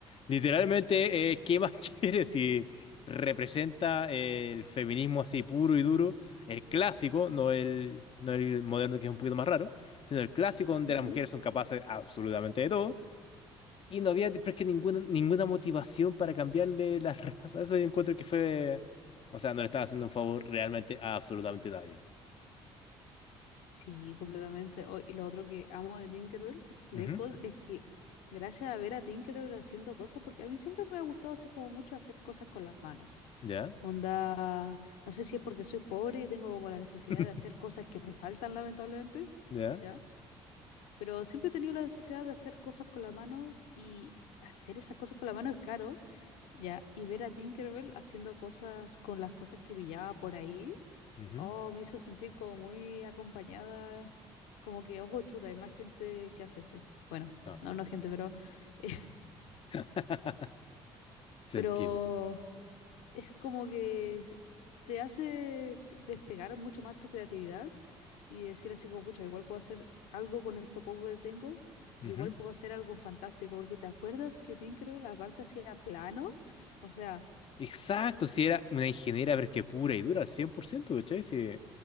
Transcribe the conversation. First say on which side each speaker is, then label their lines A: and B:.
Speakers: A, on the left; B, on the left.
A: Literalmente, eh, ¿qué más <laughs> quieres si representa el feminismo así puro y duro, el clásico, no el, no el moderno que es un poquito más raro, sino el clásico donde
B: ujú.
A: las mujeres son capaces absolutamente de todo? Y no había, pero es que ninguna, ninguna motivación para cambiarle la raza. <laughs> Eso yo encuentro que fue. O sea, no le estaba haciendo un favor realmente a absolutamente nadie.
B: Sí, completamente. Oh, y lo otro que amo de Tinkerbell, lejos,
A: Ujú,
B: es que gracias a ver a Tinkerbell haciendo cosas, porque a mí siempre me ha gustado así como mucho hacer cosas con las manos.
A: ¿Ya?
B: Onda, no sé si es porque soy pobre y tengo como la necesidad
A: <laughs>
B: de hacer cosas que me faltan, lamentablemente,
A: ¿Ya?
B: ¿ya? Pero siempre he tenido la necesidad de hacer cosas con las manos y hacer esas cosas con las manos es caro, ¿ya? Y ver a Tinkerbell haciendo cosas con las cosas que pillaba por ahí,
A: Ujú,
B: oh, me hizo sentir como muy acompañada, como que, oh, chuta, hay más gente que hace eso. Bueno,
A: no.
B: no, no gente, pero... <laughs>
A: <laughs> Se
B: Pero
A: entiende, se entiende.
B: es como que te hace despegar mucho más tu creatividad y decir así como, pucha, igual puedo hacer algo con esto poco que tengo, igual
A: Ujú.
B: puedo hacer algo fantástico, porque te acuerdas que Tinkerbell aparte hacía planos, o sea,
A: Exacto, si era una ingeniera, pero es que pura y dura, al 100%, ¿cachai? Si